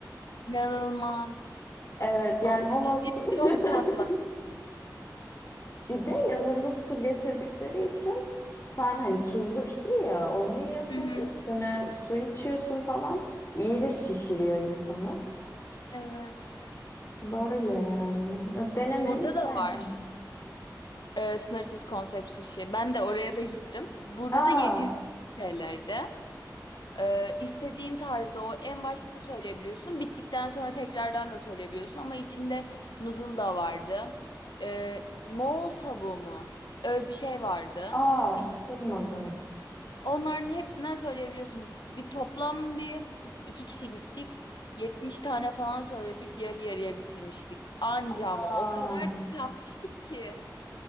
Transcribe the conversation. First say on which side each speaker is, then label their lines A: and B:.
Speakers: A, on the left; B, on the left.
A: inanılmaz.
B: Evet yani
A: 61
B: o noktada.
A: çok fazla.
B: <laughs> Bir de yanında su getirdikleri için sen hani tuzlu bir şey ya onu yiyorsun
A: Hı hı.
B: üstüne su içiyorsun falan. iyice şişiriyor insanı.
A: Evet.
B: Böyle yani. Denemeni
A: Burada
B: isterim.
A: da var e, sınırsız konsept sushi. Ben de oraya da gittim. Burada
B: Aa.
A: da 700 TL'ydi. Ee, istediğin tarzda o en başta da söyleyebiliyorsun. Bittikten sonra tekrardan da söyleyebiliyorsun. Ama içinde noodle da vardı. Ee, Moğol tavuğu mu? Öyle bir şey vardı.
B: Aa
A: İs-
B: hiç duymadım.
A: Onların hepsinden söyleyebiliyorsun. Bir toplam bir iki kişi gittik. 70 tane falan söyledik. Yarı yarıya bitirmiştik. Anca
B: Aa,
A: ama o kadar tıkanmıştık ki.